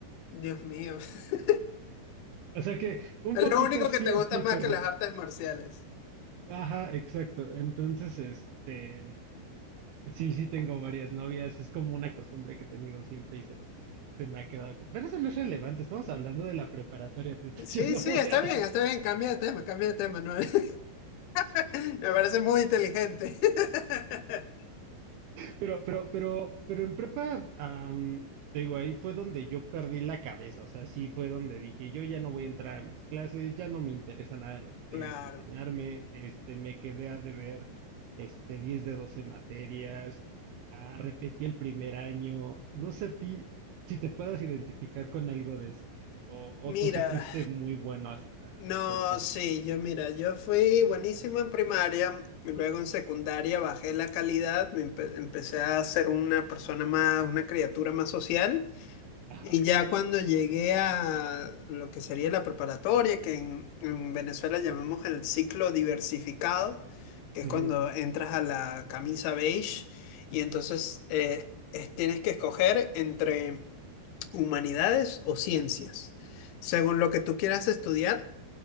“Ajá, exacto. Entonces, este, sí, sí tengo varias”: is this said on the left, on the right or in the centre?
Right